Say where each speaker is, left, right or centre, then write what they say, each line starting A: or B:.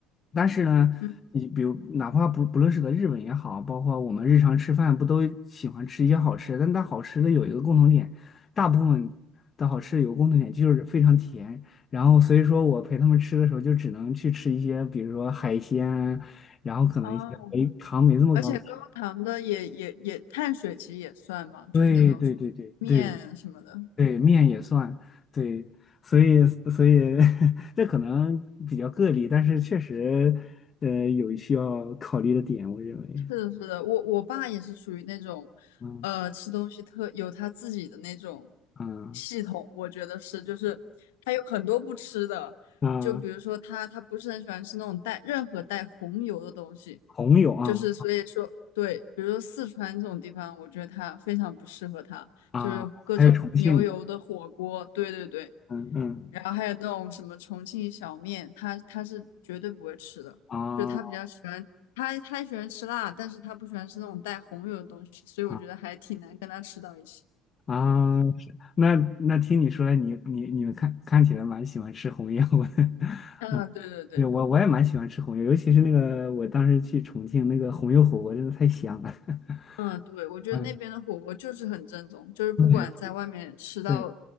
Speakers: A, on the left; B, on the left.
A: 但是呢，
B: 嗯，
A: 你比如哪怕不不论是在日本也好，包括我们日常吃饭，不都喜欢吃一些好吃的？但它好吃的有一个共同点，大部分的好吃有个共同点就是非常甜。然后所以说我陪他们吃的时候，就只能去吃一些，比如说海鲜啊然后可能一些没糖没这么高的，
B: 哦，而且高糖的也也也碳水其实也算嘛，就是那种什么面啊什么的。
A: 对对对对对对，面也算，对，所以所以 <laughs> 这可能比较个例，但是确实，呃，有需要考虑的点，我认为，
B: 是的，是的，我我爸也是属于那种，
A: 嗯
B: 呃，吃东西特有他自己的那种
A: 嗯
B: 系统，我觉得是，就是他有很多不吃的，
A: 啊，
B: 就比如说他他不是很喜欢吃那种带任何带红油的东西，
A: 红柳啊
B: 就是所以说对，比如说四川这种地方，我觉得他非常不适合他，
A: 啊，
B: 就是各种牛油的火锅，
A: 还有重庆，
B: 对对对。
A: 嗯嗯
B: 然后还有那种什么重庆小面，他他是绝对不会吃的，
A: 啊
B: 就是他比较喜欢他他喜欢吃辣，但是他不喜欢吃那种带红油的东西，所以我觉得还挺难跟他吃到一起。
A: 啊。啊，是那那听你说来，你你你们看看起来蛮喜欢吃红油的，
B: 嗯，对对对，
A: <laughs> 对，我我也蛮喜欢吃红油，尤其是那个我当时去重庆那个红油火锅，真的太香了。<laughs>
B: 嗯对，我觉得那边的火锅就是很正宗，
A: 嗯，
B: 就是不管在外面吃到
A: 对对